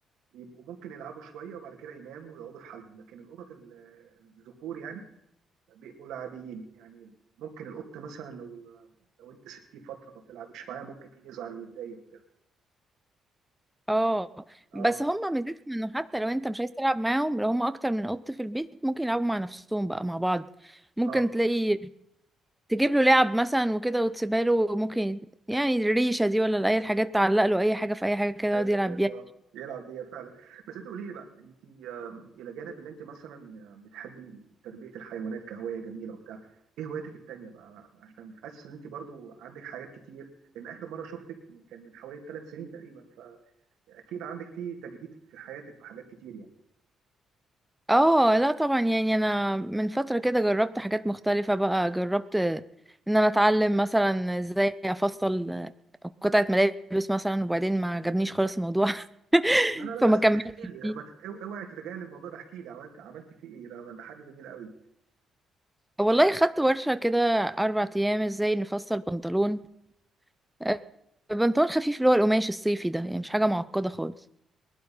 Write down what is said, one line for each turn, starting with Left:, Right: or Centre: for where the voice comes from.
Right: بيبقوا ممكن يلعبوا شويه وبعد كده يناموا ويقعدوا في حالهم لكن القطط ال- الذكور يعني بيبقوا لاعبين يعني ممكن القط مثلا لو لو انت سبتيه فتره ما بتلعبيش معاه ممكن يزعل ويتضايق وكده
Centre: اه
Right: اه
Centre: بس هم ميزتهم انه حتى لو انت مش عايز تلعب معاهم لو هم اكتر من قط في البيت ممكن يلعبوا مع نفسهم بقى مع بعض ممكن
Right: اه
Centre: تلاقي تجيب له لعب مثلا وكده وتسيبها له ممكن يعني الريشه دي ولا اي حاجات تعلق له اي حاجه في اي حاجه كده يقعد
Right: ايوه
Centre: يلعب
Right: يا
Centre: بيها
Right: صاحب يلعب بيها فعلا بس انت قولي لي بقى انت آم، الى جانب اللي انت مثلا آه، بتحبي تربيه الحيوانات كهوايه جميله وبتاع ايه هواياتك التانيه بقى عشان حاسس ان انت برضو عندك حاجات كتير لان اخر مره شفتك من- كان من حوالي ثلاث سنين تقريبا فاكيد عندك فيه تجديد في حياتك في حاجات كتير يعني
Centre: اه لا طبعا يعني انا من فترة كده جربت حاجات مختلفة بقى جربت ان انا اتعلم مثلا ازاي افصل قطعة ملابس مثلا وبعدين ما عجبنيش خالص الموضوع <laughs>
Right: لا لا لا
Centre: فما
Right: لا، استنى
Centre: كملتش
Right: احكي لي
Centre: فيه
Right: ما تبقى- اوعي تتجاهل الموضوع ده احكي لي عملت عملت فيه ايه ده ده حاجه جميله قوي
Centre: والله خدت ورشة كده اربع ايام ازاي نفصل بنطلون آه، بنطلون خفيف اللي هو القماش الصيفي ده يعني مش حاجة معقدة خالص